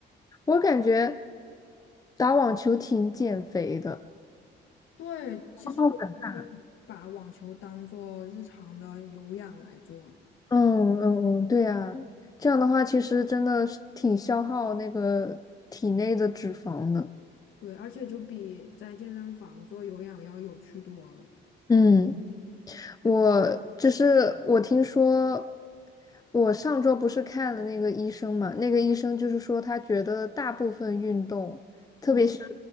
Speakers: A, on the left; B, on the left.
A: 我感觉打网球挺减肥的。
B: <laughs> 对，其实我就是把网球当做日常的有氧来做了，
A: 好感大嗯嗯嗯，对呀，这样的话其实真的是挺消耗那个体内的脂肪的。
B: 对，而且就比在健身房做有氧要有趣多了。
A: 嗯。我就是我听说，我上周不是看了那个医生嘛，那个医生就是说他觉得大部分运动，特别是
B: 嗯嗯。